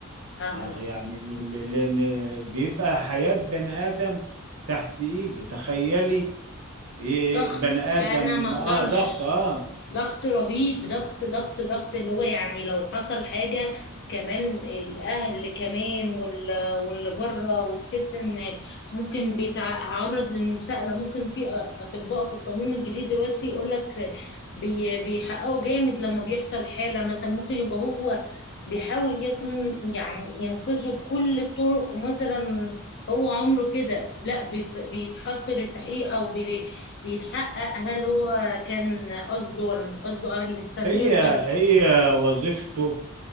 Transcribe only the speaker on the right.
ع- يعني ل- لأن بيبقى حياة بني آدم تحت إيده تخيلي إيه،
بني آدم
آه ضغط آه
هي
هي وظيفته